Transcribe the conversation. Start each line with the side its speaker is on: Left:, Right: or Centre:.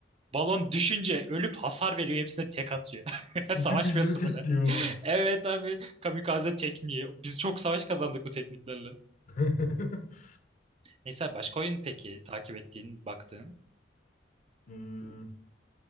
Right: Balon düşünce ölüp hasar veriyor. Hepsine tek atıyor. <laughs>
Left: Bütün
Right: Savaşmıyorsun
Left: müjdeleri tek
Right: bile.
Left: diyor.
Right: <laughs> Evet abi. Kamikaze tekniği. Biz çok savaş kazandık bu tekniklerle.
Left: <laughs>
Right: Neyse başka oyun peki takip ettiğin, baktığın.
Left: Hmm,